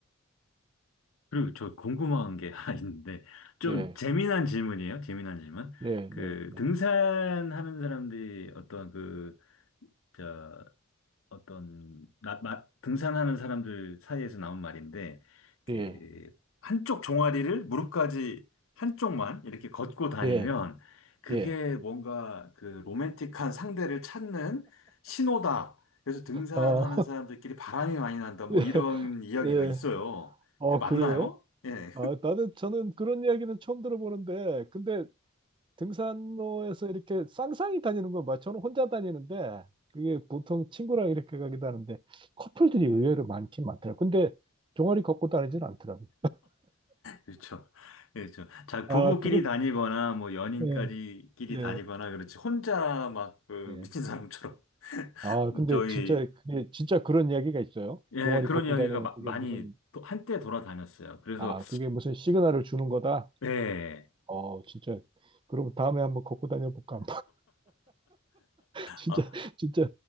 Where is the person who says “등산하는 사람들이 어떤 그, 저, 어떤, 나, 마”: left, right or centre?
Left